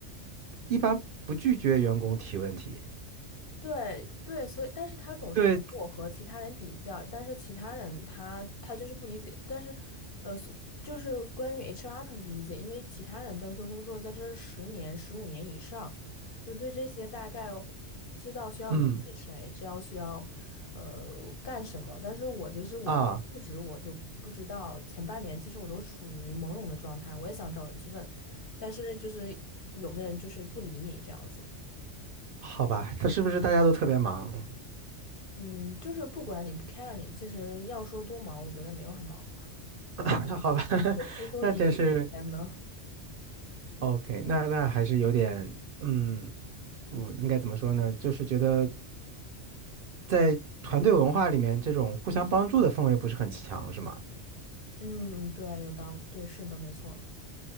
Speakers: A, on the right (about 60°); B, on the left (about 55°).
A: 一般不拒绝员工提问题。
B: 对对，所以但是他总是拿我和其他人比较，
A: 对，
B: 但是其他人他他就是不理解，但是，呃，所就是关于 HR 他的理解，因为其他人的做工作在这儿十年、十五年以上，就对这些大概知道需要联系谁，
A: 嗯
B: 知道需要呃干什么，但是我就是我入职我就不知道，
A: 啊，
B: 前半年其实我都处于朦胧的状态，我也想找人去问，但是就是有的人就是不理你这样子。
A: 好吧，他是不是大家都特别忙？
B: 嗯，就是不管你不 care 你，其实要说多忙，我觉得没有很忙，
A: <laughs> 那好吧，<laughs>
B: 我说一定时间的。
A: 那真是。OK，那那还是有点，嗯，我应该怎么说呢？就是觉得在团队文化里面，这种互相帮助的氛围不是很强，是吗？
B: 嗯，对，有道理，对，是的，没错。